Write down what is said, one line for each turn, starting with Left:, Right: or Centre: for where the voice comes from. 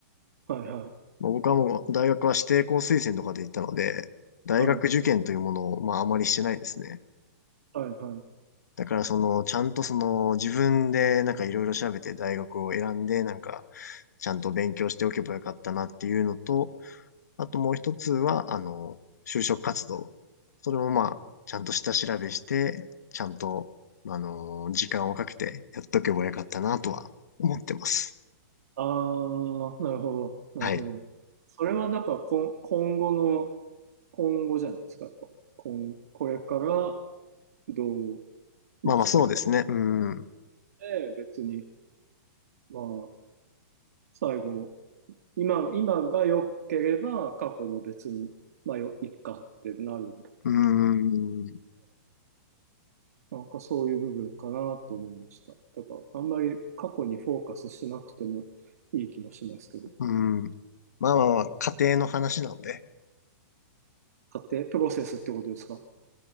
Right: いはい。
Left: まあ、僕はもう大学は指定校推薦とかで行ったので、大学受験というものをまああまりしてないですね。
Right: はいはいはい。
Left: だからその、ちゃんとその自分でなんかいろいろ調べて大学を選んで、なんかちゃんと勉強しておけばよかったなっていうのと、あともう一つは、あの、就職活動。それもまあ、ちゃんと下調べして、ちゃんと、あの、時間をかけてやっとけばよかったなとは思ってます。
Right: ああ、なるほど、なるほど。
Left: はい。
Right: それはだから今、今後の、今後じゃないですか、やっぱ。今、これからどう生きていく
Left: まあまあそうですね。うん。う
Right: で、別に、まあ、最後、今、今が良ければ過去も別に、まあ、よ、いっかってなるんで、
Left: ーん。
Right: なんかそういう部分かなと思いました。だから、あんまり過去にフォーカスしなくてもいい気もしますけど、
Left: うん。まあまあまあ、家庭の話なので。
Right: 家庭、プロセスってことですか